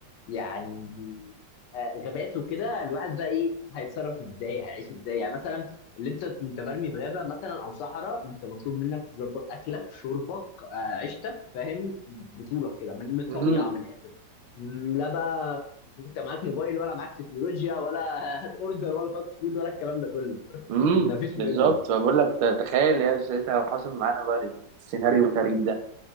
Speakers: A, on the left; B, on the right.
A: يعني آه، غابات وكده الواحد بقى ايه هيتصرف ازاي هيعيش ازاي يعني مثلا اللي انت انت مرمي في غابه مثلا او صحراء انت مطلوب منك تظبط اكلك شربك آه، عيشتك فاهم بطولك كده من من الطبيعه
B: مم.
A: من الاخر م، لا بقى انت معاك موبايل ولا معاك تكنولوجيا ولا <laughs> هات اوردر ولا فاست فود ولا الكلام ده كله <laughs>
B: امم
A: مفيش
B: بالظبط
A: منه
B: فبقول لك ت- تخيل يا ساعتها لو حصل معانا بقى السيناريو الغريب ده